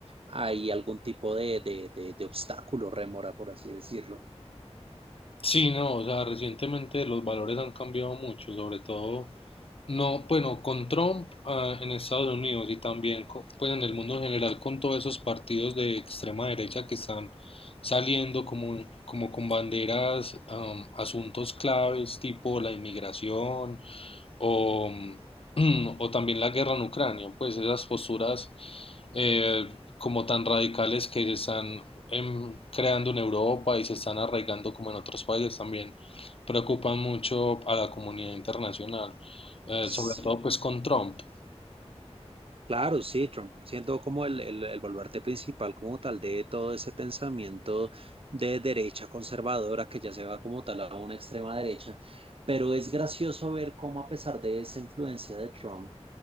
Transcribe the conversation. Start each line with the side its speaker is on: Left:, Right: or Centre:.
Right: ahí algún tipo de, de, de, de obstáculo, rémora, por así decirlo.
Left: Sí, no, o sea, recientemente los valores han cambiado mucho, sobre todo, no, bueno, con Trump ah, en Estados Unidos y también, co- pues en el mundo en general, con todos esos partidos de extrema derecha que están saliendo como, como con banderas, am, asuntos claves tipo la inmigración, o, <clears throat> o también la guerra en Ucrania, pues esas posturas eh, como tan radicales que se están em, creando en Europa y se están arraigando como en otros países también preocupan mucho a la comunidad internacional, eh,
Right: Sí.
Left: sobre todo pues con Trump.
Right: Claro, sí, Trump siendo como el, el, el baluarte principal como tal de todo ese pensamiento de derecha conservadora que ya se va como tal a una extrema derecha, pero es gracioso ver cómo a pesar de esa influencia de Trump,